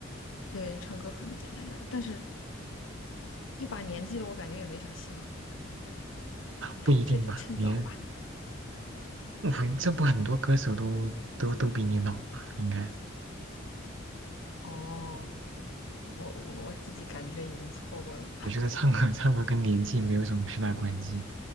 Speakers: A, on the left; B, on the right.
A: 对，唱歌可能简单点儿，但是一把年纪了，我感觉也没啥希望，
B: 不一定吧？
A: 这得趁早吧。
B: 你我这不很多歌手都都都比你老吧？应该，
A: 哦，我我我自己感觉已经错过了，
B: 我觉得唱歌唱歌跟年纪没有什么太大关系，